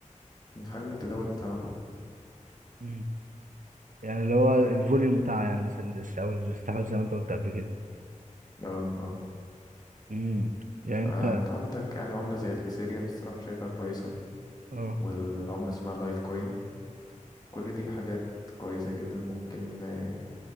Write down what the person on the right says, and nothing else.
مم. يعني اللي هو الفوليوم بتاع يعني مثلا الاس- او الاستحواذ زي ما انت قلت قبل كده
امم يعني
انت
اه